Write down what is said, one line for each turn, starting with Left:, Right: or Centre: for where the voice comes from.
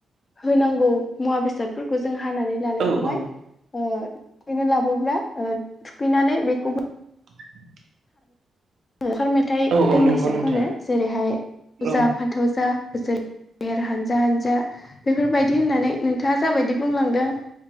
Left: होनांगौ मुवा बेसादफोरखौ जों हानानै लानायखौहाय
Right: औ औ
Left: आ थुखैनो लाबोब्ला ओ थुखैनानै बेखौबो
Right: <inaudible>
Left: लावखार मेथाइ
Right: औ औ
Left: दोंनैसो
Right: नंगौ नोंथां
Left: खनो जेरैहाय लाव
Right: औ
Left: जा फानथाव जा बोसोर देर हानजा हानजा बेफोरबायदि होननानै नोंथाङा जाबायदि बुंलांदों